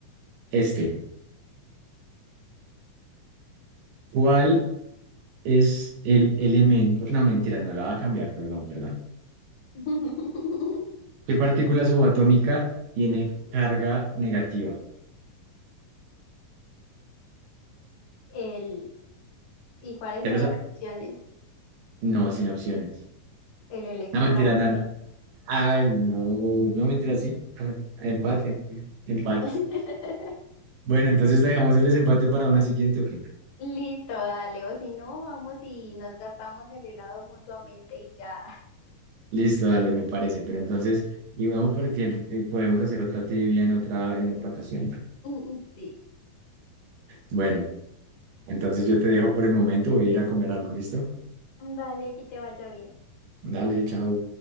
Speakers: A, on the right (about 75°); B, on the left (about 60°).
A: este. ¿Cuál es el elemento? No, mentira, no la va a cambiar, perdón, perdón.
B: <laughs>
A: ¿Qué partícula subatómica tiene carga negativa?
B: El, ¿y cuáles
A: ¿Ya
B: son
A: lo sa-
B: las opciones?
A: No, sin opciones.
B: El electrón.
A: No, mentira, no, no. Ay, no, no, mentira, sí. <laughs> Empate, empate.
B: <laughs>
A: Bueno, entonces dejamos el desempate para una siguiente, ok.
B: Listo, dale. O si no, vamos y nos gastamos el helado mutuamente y ya.
A: Listo, dale, me parece. Pero entonces, y bueno, porque eh, podemos hacer otra trivia en otra, en otra ocasión.
B: <laughs> Sí.
A: Bueno, entonces yo te dejo por el momento, voy a ir a comer algo, ¿listo?
B: Vale, que te vaya bien.
A: Dale, chao.